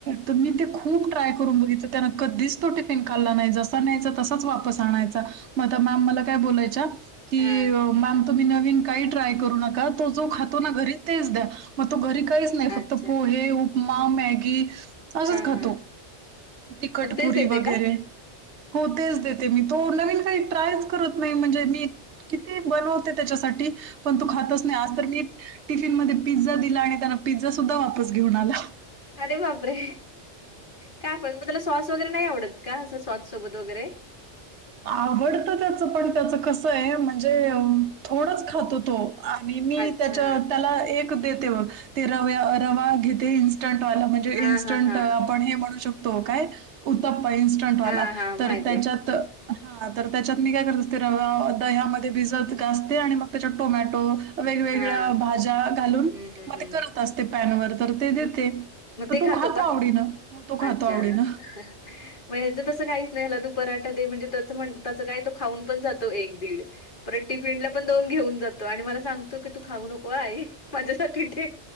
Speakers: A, on the right; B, on the left.
A: त मी ते खूप ट्राय करून बघितलं त्यान कधीच तो टिफिन खाल्ला नाही जसा न्यायचा तसाच वापस आणायचा. म आता मॅम मला काय बोलायच्या की
B: हां.
A: मॅम तुम्ही नवीन काही ट्राय करू नका तो जो खातो ना घरी तेच द्या. मग तो घरी काहीच नाही फक्त
B: अच्छा.
A: पोहे, उपमा, मॅगी असंच
B: हां,
A: खातो
B: हां.
A: तिकटपुरी
B: मग तेच देते
A: वगैरे
B: का?
A: हो तेच देते मी तो नवीन काही ट्रायच करत नाही म्हणजे मी किती बनवते त्याच्यासाठी पण तो खातच नाही आज तर मी टिफिन मध्ये पिझ्झा दिला आणि त्याना पिझ्झा सुद्धा वापस घेऊन आला.
B: अरे बापरे! का आपण म त्याला सॉस वगैरे नाही आवडत का असं सॉस सोबत वगैरे?
A: आवडतं त्याचं पण त्याच कसं आहे म्हणजे थोडच खातो तो. आणि मी
B: अच्छा.
A: त्याच्या त्याला एक देते ते रवा घेते इन्स्टंट वाला म्हणजे
B: हां,
A: इन्स्टंट
B: हां, हां.
A: आपण म्हणू शक तो, काय उत्तप्पा इन्स्टंटवाला
B: हां, हां.
A: तर
B: माहिती
A: त्याच्यात
B: आहे.
A: हा तर त्याच्यात मी काय करत असते दह्यामध्ये भिजत घासते आणि मग त्याच्यात टोमॅटो वेगवेगळ्या
B: हां.
A: भाज्या घालून
B: हं, हं,
A: मग
B: हं.
A: ते करत असते पॅनवर तर ते
B: मग
A: देते.
B: मग
A: तर
B: ते
A: तो खातो
B: का?
A: आवडीन हो तो खातो
B: अच्छा
A: आवडीन.
B: <unintelligible> मग ह्याचं तसं काहीच नाही याला तू पराठा दे म्हणजे त्या त्या काय तो खाऊन पण जातो एक दीड. परत टिफिनला पण घेऊन जातो आणि मला सांगतो की तू खाऊ नको आई. माझ्यासाठी ठेव